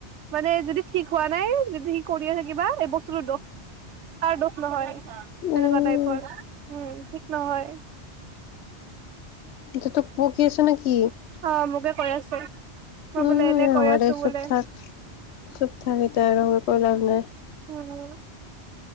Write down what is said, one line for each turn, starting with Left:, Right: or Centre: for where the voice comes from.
Right: মানে যদি ঠিক হোৱা নাই যদি সি কৰিয়ে থাকিবা এই বস্তুটো দোষ তাৰ দোষ নহয়। সেনেকুৱা
Left: উম
Right: টাইপৰ উম ঠিক নহয়।
Left: এতিয়া তোক বকি আছেনে কি?
Right: অ', মোকে কয় আছে। মই
Left: উম,
Right: বোলে এনে কৈ
Left: হয়
Right: আছো
Left: দে চুব
Right: বোলে
Left: থাক। চুপ থাক এতিয়া আৰু কৈ লাভ নাই।
Right: উম